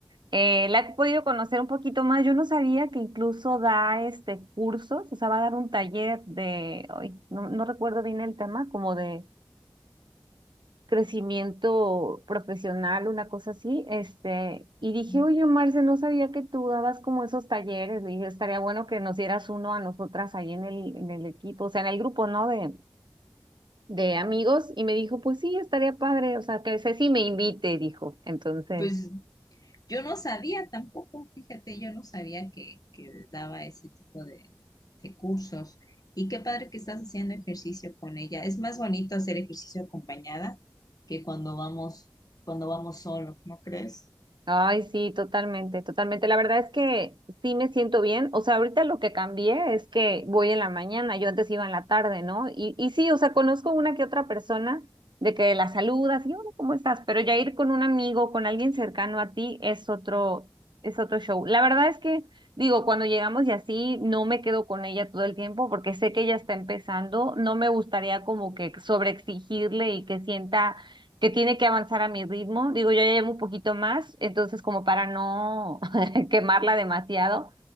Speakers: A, on the right; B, on the left.
A: eh, la he podido conocer un poquito más. Yo no sabía que incluso da este cursos, o sea, va a dar un taller de, ay, no, no recuerdo bien el tema, como de crecimiento profesional, una cosa así, este, y dije,
B: <laughs>
A: oye, Marce, no sabía que tú dabas como esos talleres, le dije, estaría bueno que nos dieras uno a nosotras ahí en el, en el equipo, o sea, en el grupo, ¿no? De, de amigos, y me dijo, pues sí, estaría padre, o sea, que Ceci me invite, dijo, entonces,
B: Pues yo no sabía tampoco, fíjate, yo no sabía que, que daba ese tipo de, de cursos. Y qué padre que estás haciendo ejercicio con ella. Es más bonito hacer ejercicio acompañada que cuando vamos, cuando vamos solo, ¿no crees?
A: Ay, sí, totalmente, totalmente. La verdad es que sí me siento bien. O sea, ahorita lo que cambié es que voy en la mañana, yo antes iba en la tarde, ¿no? Y, y sí, o sea, conozco una que otra persona de que la saludas y hola, ¿cómo estás? Pero ya ir con un amigo, con alguien cercano a ti es otro, es otro show. La verdad es que, digo, cuando llegamos y así, no me quedo con ella todo el tiempo porque sé que ella está empezando. No me gustaría como que sobreexigirle y que sienta que tiene que avanzar a mi ritmo. Digo, yo ya llevo un poquito más, entonces como para no <laughs> quemarla demasiado,